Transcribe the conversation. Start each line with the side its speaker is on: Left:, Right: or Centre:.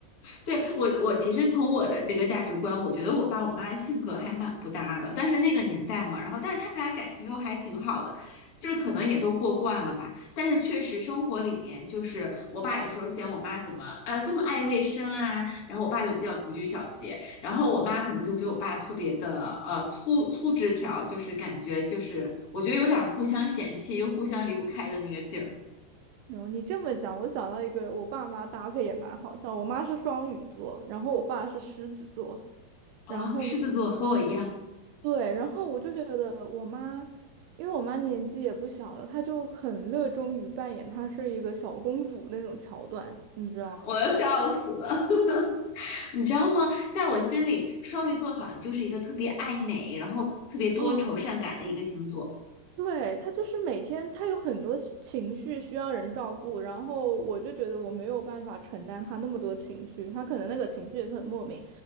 Left: 对，我，我其实从我的这个价值观，我觉得我爸我妈性格还蛮不搭的，但是那个年代嘛，然后但是他们俩感情又还挺好的，就是可能也都过惯了吧。但是确实生活里面，就是我爸有时候嫌我妈怎么啊这么爱卫生啊，然后我爸就比较不拘小节，然后我妈可能就觉得我爸特别的呃粗粗枝条，就是感觉就是我觉得有点互相嫌弃又互相离不开的那个劲儿
Right: 然后你这么讲，我想到一个，我爸妈搭配也蛮好笑。我妈是双鱼座，然后我爸是狮子座。
Left: 啊。
Right: 然后呢，
Left: 狮子座和我一样，
Right: 对，然后我就觉得我妈，因为我妈年纪也不小了，她就很热衷于扮演她是一个小公主那种桥段，你知道吗？
Left: 我要笑死了。你知道吗？在我心里，双鱼座好像就是一个特别爱美，然后特别多愁善感的一个星座。
Right: 啊。对，他就是每天他有很多情绪需要人照顾，然后我就觉得我没有办法承担他那么多情绪，他可能那个情绪也是很莫名